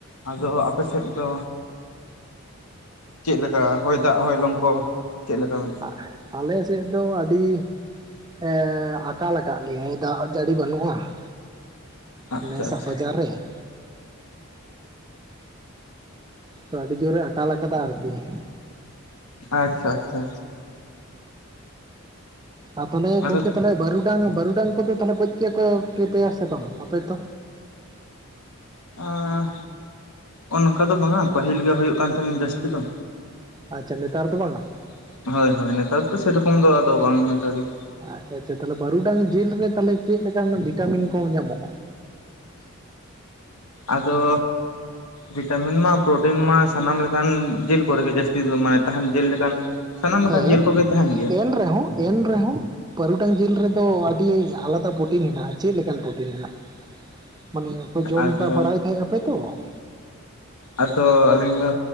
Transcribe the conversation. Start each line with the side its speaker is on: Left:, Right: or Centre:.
Left: ᱟᱫᱚ ᱟᱯᱮ ᱥᱮᱫ ᱫᱚ ᱪᱮᱫ ᱞᱮᱠᱟ, ᱦᱚᱭ ᱫᱟᱜ ᱦᱚᱭ ᱞᱚᱝᱠᱚ ᱪᱮᱫ ᱞᱮᱠᱟ? ᱢᱮᱱ
Right: ᱟᱜ ᱟᱞᱮ ᱥᱮᱫ ᱫᱚ ᱟᱹᱰᱤ, ᱦᱮᱸ, ᱟᱠᱟᱞ ᱟᱠᱟᱫ ᱞᱮᱭᱟᱭ ᱫᱟᱜ ᱡᱟᱲᱤ ᱵᱟᱹᱱᱩᱜᱼᱟ ᱾
Left: ᱟᱪᱪᱷᱟ
Right: ᱱᱮᱥᱟᱜ
Left: ᱟᱪᱪᱷᱟ
Right: ᱵᱟᱡᱟᱨ ᱨᱮ ᱾ ᱛᱚ ᱟᱹᱰᱤ ᱡᱳᱨᱮ ᱟᱠᱟᱞ ᱟᱠᱟᱫᱟ ᱟᱨᱠᱤ ᱾
Left: ᱟᱪᱪᱷᱟ ᱟᱪᱪᱷᱟ᱾
Right: ᱟᱨ ᱛᱟᱦᱚᱞᱮ
Left: ᱟᱫᱚ
Right: ᱜᱚᱝᱠᱮ ᱛᱟᱦᱚᱞᱮ, ᱵᱟᱹᱨᱩᱰᱟᱝ ᱵᱟᱹᱨᱩᱰᱟᱝ ᱠᱚᱫᱚ ᱛᱟᱦᱚᱞᱮ ᱜᱚᱡ ᱠᱮ ᱠᱚ ᱠᱮᱯᱮᱭᱟ ᱥᱮ ᱵᱟᱝ ᱟᱯᱮ ᱫᱚ?
Left: ᱟᱸ ᱚᱱᱚᱝᱠᱟ ᱫᱚ ᱵᱟᱝᱼᱟ, ᱯᱟᱹᱦᱤᱞ ᱜᱮ ᱦᱳᱭᱳᱜ ᱠᱟᱱ ᱛᱟᱦᱮᱱ ᱡᱟᱹᱥᱛᱤ ᱫᱚ
Right: ᱟᱪᱪᱷᱟ ᱱᱮᱛᱟᱨ
Left: ᱾
Right: ᱫᱚ ᱵᱟᱝᱟ
Left: ᱦᱳᱭ ᱦᱳᱭ᱾ ᱱᱮᱛᱟᱨ ᱫᱚ ᱥᱮᱨᱚᱠᱚᱢ ᱫᱚ ᱟᱫᱚ ᱵᱟᱝ ᱞᱮᱠᱟᱜᱮ ᱾
Right: ᱟᱪᱪᱷᱟ ᱟᱪᱪᱷᱟ ᱾ ᱛᱟᱦᱚᱞᱮ ᱵᱟᱹᱨᱩᱰᱟᱝ ᱡᱤᱞ ᱨᱮ ᱛᱟᱦᱚᱞᱮ ᱪᱮᱫ ᱞᱮᱠᱟᱱ ᱚᱱᱟ ᱵᱷᱤᱴᱟᱢᱤᱱ ᱠᱚ ᱧᱟᱢᱚᱜᱼᱟ?
Left: ᱟᱫᱚ, ᱵᱷᱤᱴᱟᱢᱤᱱ ᱢᱟ ᱯᱨᱚᱴᱤᱱ ᱢᱟ ᱥᱟᱱᱟᱢ ᱞᱮᱠᱟᱱ ᱡᱮᱞ ᱠᱚᱨᱮ ᱜᱮ ᱡᱟᱹᱥᱛᱤ ᱫᱚ ᱢᱟᱱᱮ, ᱛᱟᱦᱮᱱ ᱡᱮᱞ ᱞᱮᱠᱟᱱ ᱥᱟᱱᱟᱢ ᱞᱮᱠᱟᱱ
Right: ᱦᱮᱸ
Left: ᱡᱮᱞ ᱠᱚᱜᱮ ᱛᱟᱦᱮᱱ ᱜᱮᱭᱟ ᱾
Right: ᱮᱱ ᱨᱮᱦᱚᱸ ᱮᱱ ᱨᱮᱦᱚᱸ, ᱵᱟᱹᱨᱩᱴᱟᱝ ᱡᱮᱞ ᱨᱮᱫᱚ ᱟᱹᱰᱤ ᱟᱞᱟᱫᱟ ᱯᱨᱚᱴᱤᱱ ᱦᱮᱱᱟᱜᱼᱟ᱾ ᱪᱮᱫ ᱞᱮᱠᱟᱱ ᱯᱨᱚᱴᱤᱱ ᱦᱮᱱᱟᱜ? ᱢᱟᱱᱮ ᱠᱚ ᱡᱚᱢ
Left: ᱟᱫᱚ
Right: ᱛᱟ ᱵᱟᱲᱟᱭ ᱛᱟᱦᱮᱸᱜ ᱟᱯᱮ ᱛᱚ ᱾
Left: ᱟᱫᱚ ᱟᱹᱞᱤᱧ ᱫᱚ